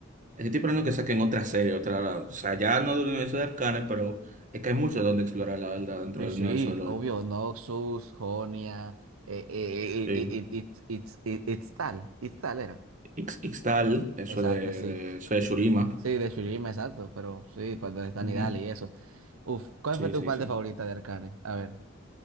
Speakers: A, on the right; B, on the right.
A: Estoy esperando que saquen otra serie, otra, o sea, ya no del universo de Arcane, pero es que hay mucho donde explorar, la verdad, dentro
B: Sí,
A: del
B: sí,
A: universo de LoL.
B: obvio, Noxus, Jonia, eh, eh,
A: Sí.
B: eh, eh, eh, it's, it's, it- it's tal, it's tal era.
A: Ix- Ixtal, eso
B: Exacto,
A: de,
B: sí.
A: de- eso de Shurima.
B: Sí, de Shurim, exacto, pero sí, para donde están
A: Ujú.
B: Nidal y eso. Uf, ¿cuál
A: Sí,
B: fue tu
A: sí,
B: parte
A: sí.
B: favorita de Arcane? A ver.